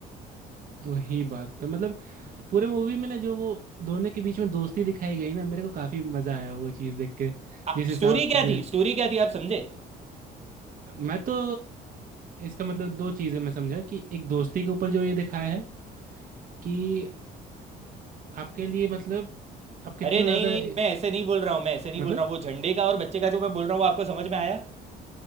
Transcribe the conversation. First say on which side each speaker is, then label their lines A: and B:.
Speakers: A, on the right; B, on the right.
A: वही बात था मतलब पूरे मूवी में ना जो वो दोनों के बीच में दोस्ती दिखाई गई ना मेरे को काफी मजा आया वो चीज़ देख के
B: आ,
A: जिस हिसाब
B: स्टोरी क्या
A: से
B: थी स्टोरी क्या थी आप समझे
A: मैं तो इसका मतलब दो चीज़ें मैं समझा कि एक दोस्ती के ऊपर जो ये दिखाया है कि आपके लिए मतलब आप कितना
B: अरे नहीं
A: ज्यादा
B: नहीं
A: हम्म
B: मैं ऐसे नहीं बोल रहा हूँ मैं ऐसे नहीं
A: मतलब
B: बोल रहा हूँ वो झंडे का और बच्चे का जो मैं बोल रहा हूँ वो आपको समझ में आया